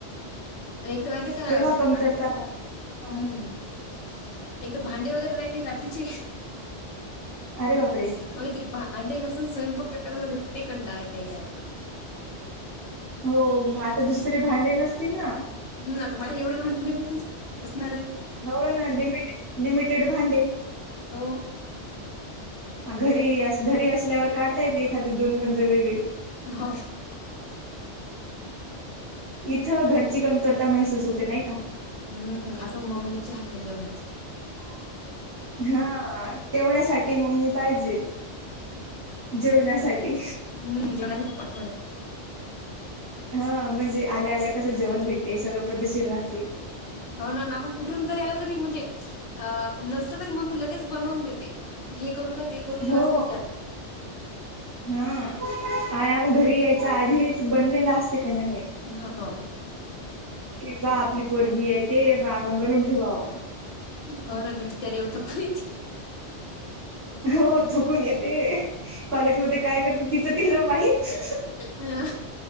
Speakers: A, on the left (about 85°); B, on the right (about 55°).
A: एके तर
B: तेव्हा
A: व
B: कमतरता
A: क
B: हा.
A: हम्म. <unintelligible> एकदा भांडे वगैरे राहिली रात्रीची.
B: अरे बापरे!
A: मा ते भांडे घासून स्वयंपाक ते कंटा <unintelligible> येत आता.
B: हो मग आता दुसरे भांडे नसतील ना.
A: ह तर माझ एवढे भांडे कुठून असणार आहे.
B: हो ना लिमिटे लिमिटेड भांडे.
A: हो.
B: घरी घरी असल्यावर काढता येते एखादी दोन गंज वेगळे.
A: हो.
B: इथं घरची कमतरता महसूस होते नाही का.
A: हम्म खास मम्मीच्या हातात जेवणाच.
B: <inaudible> हा तेवढ्यासाठी मम्मी पाहिजे जेवणासाठी.
A: हम् जोनास तू पाठवा.
B: हा म्हणजे आल्या आल्या कसं जेवण भेटते सगळं पद्धशीर राहते.
A: हो ना ना आपण कुठून जरी आला तरी म्हणजे अ नसलं तरी मम्मी लगेच बनवून देते. हे करू का ते करू का
B: हो
A: असं विचारते.
B: हा आणि आपण घरी यायच आधीच बनलेला असते काही ना काही.
A: हो.
B: किंवा आपली पोरगी आहे ते मामा बनून ठेवावं.
A: हो ना बचारी उठे कोणीती.
B: हो थकून येते कॉलेज मध्ये काय करते तिचं तिला माहीत.
A: हम्.